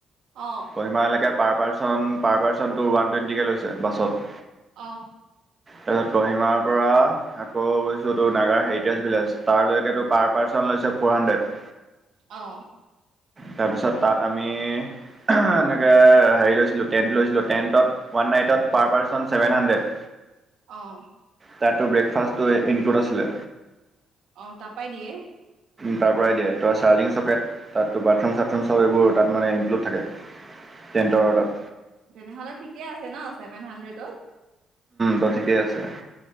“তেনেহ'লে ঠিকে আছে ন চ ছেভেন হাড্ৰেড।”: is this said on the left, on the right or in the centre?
Right